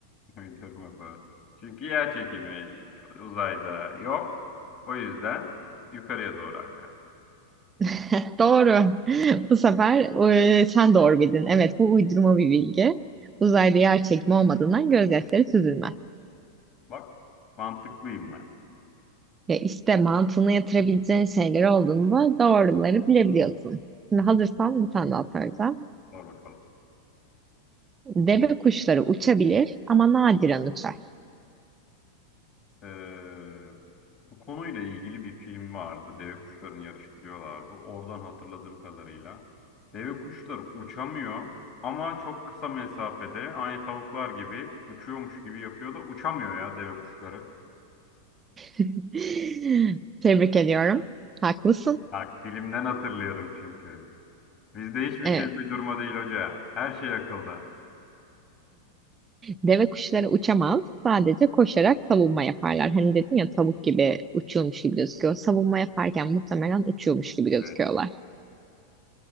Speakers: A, on the left; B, on the right.
A: <laughs> Uydurma bu. Çünkü yer çekimi uzayda yok. O yüzden yukarıya doğru akar.
B: <laughs> Doğru. <laughs> Bu sefer e, sen doğru bildin. Evet, bu uydurma bir bilgi. Uzayda yer çekimi olmadığından gözyaşları süzülmez.
A: Bak, mantıklıyım ben.
B: Ya işte mantığını yatırabileceğin şeyler olduğunda doğruları bilebiliyorsun.
A: Bak,
B: Şimdi hazırsan bir tane daha soracağım.
A: Sor bakalım.
B: Deve kuşları uçabilir ama nadiren uçar.
A: Ee, Bu konuyla ilgili bir film vardı. Deve kuşlarını yarıştırıyorlardı. Oradan hatırladığım kadarıyla. Deve kuşları uçamıyor ama çok kısa mesafede aynı tavuklar gibi uçuyormuş gibi yapıyor da uçamıyor ya deve kuşları.
B: <laughs> Tebrik ediyorum. Haklısın.
A: Bak filmden hatırlıyorum çünkü. Bizde hiçbir
B: Evet.
A: şey uydurma değil hoca. Her şey akılda.
B: Deve kuşları uçamaz. Sadece koşarak savunma yaparlar. Hani dedin ya tavuk gibi uçuyormuş gibi gözüküyor. Savunma yaparken muhtemelen uçuyormuş gibi gözüküyorlar.
A: Evet.